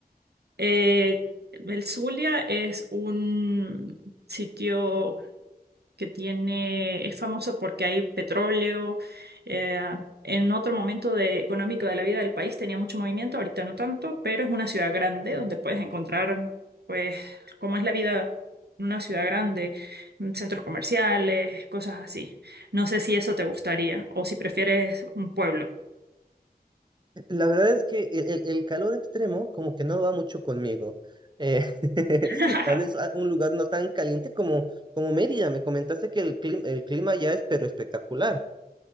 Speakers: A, on the right; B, on the right.
A: Eh, el Zulia es un sitio que tiene, es famoso porque hay petróleo. eh, en otro momento de, económico de la vida del país tenía mucho movimiento, ahorita no tanto, pero es una ciudad grande donde puedes encontrar, pues, cómo es la vida en una ciudad grande, mm, centros comerciales, cosas así. No sé si eso te gustaría o si prefieres un pueblo.
B: La verdad es que el, el- el calor extremo como que no va mucho conmigo. Eh, <laughs>
A: <laughs>
B: tal vez a- un lugar no tan caliente como, como Mérida. Me comentaste que el clima, el clima ya es pero espectacular.